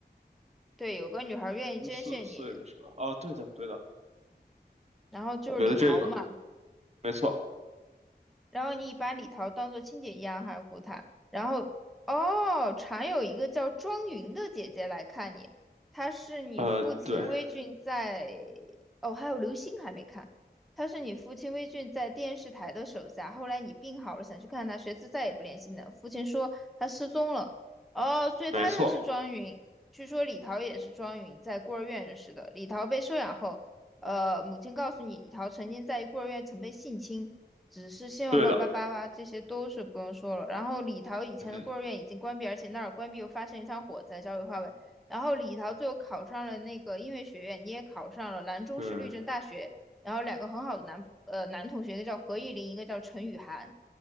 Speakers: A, in the centre; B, on the right.
A: 对，有个女孩愿意捐献你，
B: 十四岁的时候，啊，对的，对的，
A: 然后就是李桃嘛。
B: 觉得这个没错，
A: 然后你把李桃当做亲姐一样爱护她。然后，哦，常有一个叫庄云的姐姐来看你，她是你父亲微俊在，
B: 呃，对，
A: 哦，还有刘星还没看，他是你父亲微俊在电视台的手下。后来你病好了，想去看他，谁知再也不联系呢。父亲说他失踪了，哦，所以他认识庄云。
B: 没错，
A: 据说李桃也是庄云在孤儿院认识的。李桃被收养后，呃，母亲告诉你，李桃曾经在孤儿院曾被性侵。只是信用八八八八，
B: 对的。
A: 这些都是不用说了。然后李桃以前的孤儿院已经关闭，
B: 嗯哼
A: 而且那儿关闭又发生一场火灾，焦尾化为。然后李桃最后考上了那个音乐学院，你也考上了兰州市律政大学。
B: 对，
A: 然后两个很好的男呃男同学，一个叫何意林，一个叫陈雨涵，